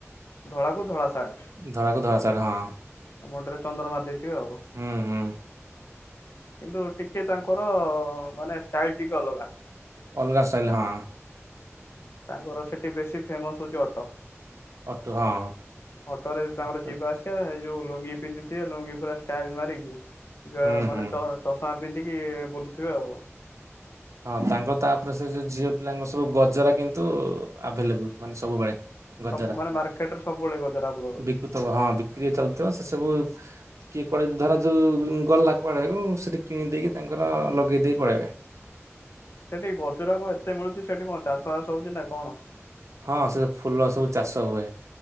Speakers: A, on the left (about 60°); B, on the right (about 85°).
A: ଧଳାକୁ ଧଳା ସାର୍ଟ।
B: ଧଳାକୁ ଧଳା ସାର୍ଟ ହଁ
A: ମୁଣ୍ଡରେ ଚନ୍ଦନ ମାରି ଦେଇଥିବେ ଆଉ।
B: ହୁଁ ହୁଁ।
A: କିନ୍ତୁ ଟିକେ ତାଙ୍କର ମାନେ ଷ୍ଟାଇଲ ଟିକେ ଅଲଗା
B: ଅଲଗା ଷ୍ଟାଇଲ୍ ହଁ।
A: ତାଙ୍କର ସେଠି ବେଶୀ ଫେମସ୍ ହଉଛି ଅଟ।
B: ଅଟୁ ହଁ
A: ଅଟୋରେ ତାଙ୍କର
B: ଅଟୁ
A: ଯିବା ଆସି ଯୋଉ ଲୁଙ୍ଗି ପିନ୍ଧିଥିବେ ଲୁଙ୍ଗି ପୁରା ଷ୍ଟାଇଲ ମାରିକି ଯ
B: ହୁଁ
A: ମାନେ
B: ହୁଁ।
A: ତ ଚଷମା ପିନ୍ଧିକି ବୁଲୁଥିବେ ଆଉ।
B: ହଁ ତାଙ୍କର ତାପରେ ସେ ଯୋଉ ଝିଅ ପିଲାଙ୍କ ସବୁ ଗଜରା କିନ୍ତୁ ଆଭେଲେବୁଲ୍ ମାନେ ସବୁବେଳେ। ଗଜରା।
A: ସବୁ ମାନେ ମାର୍କେଟ ରେ ସବୁବେଳେ ଗଜରା ଆଭେଲେବୁଲ।
B: ହଁ ବିକ୍ରି ଚାଲିଥିବ ସେ ସବୁ କିଏ କୁଆଡେ ଧର ଯୋଉ ଗଲା କୁଆଡେ ଉଁ ସେଠି କିଣି ଦେଇକି ତାଙ୍କର ଲଗେଇ ଦେଇ ପଳେଇବେ
A: ସେଠି ଗଜରା କଣ ଏତେ ମିଳୁଛି ସେଠି କଣ ଚାଷବାସ ହଉଛି ନା କଅଣ?
B: ହଁ ସେ ଫୁଲ ସବୁ ଚାଷ ହୁଏ।